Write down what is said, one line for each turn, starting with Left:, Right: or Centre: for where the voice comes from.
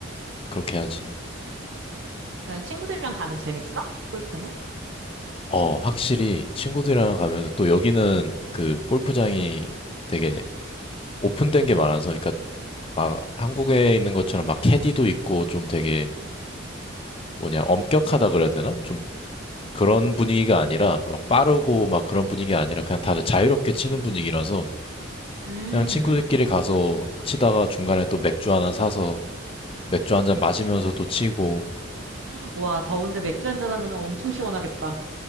Left: 그렇게 해야지.
Right: 친구들이랑 가면 재밌어? 골프는?
Left: 어 확실히 친구들이랑 가면은 또 여기는 그 골프장이 되게 오픈된 게 많아서 그러니까 막 한국에 있는 것처럼 막 캐디도 있고 좀 되게 뭐냐 엄격하다 그래야 되나? 좀 그런 분위기가 아니라 막 빠르고 막 그런 분위기가 아니라 그냥 다들 자유롭게 치는 분위기라서
Right: 음.
Left: 그냥 친구들끼리 가서 치다가 중간에 또 맥주 하나 사서 맥주 한 잔 마시면서 또 치고
Right: 와, 더운데 맥주 한 잔 하면 엄청 시원하겠다.